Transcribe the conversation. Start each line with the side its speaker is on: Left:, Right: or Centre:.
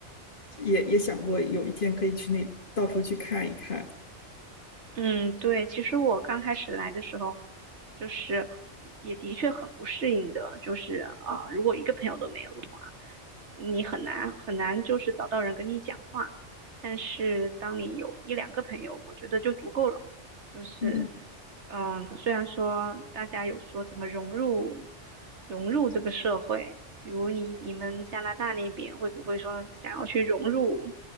Left: 也也想过有一天可以去那到处去看一看。
Right: 嗯，对，其实我刚开始来的时候，就是也的确很不适应的，就是啊、呃如果一个朋友都没有的话，你很难很难就是找到人跟你讲话。但是当你有一两个朋友，我觉得就足够了。就是，
Left: 嗯。
Right: 嗯、虽然说大家有说怎么融入融入这个社会，比如你你们加拿大那边会不会说想要去融入